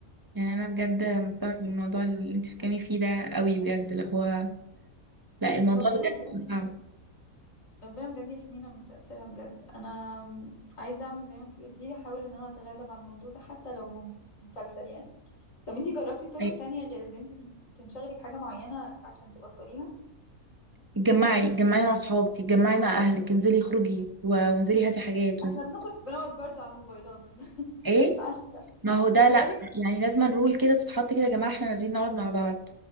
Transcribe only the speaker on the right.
يعني انا بجد مقتنعه بالموضوع اللي انت بتتكلمي فيه ده قوي بجد اللي هو لا الموضوع
بجد
صعب
أيوة.
اتجمعي اتجمعي مع اصحابك اتجمعي مع اهلك انزلي خروجي و- وانزلي هاتي حاجات
وانزلي
ايه
ما هو ده لا
يعني لازم رول كده تتحط كده يا جماعه احنا نازلين نقعد مع بعض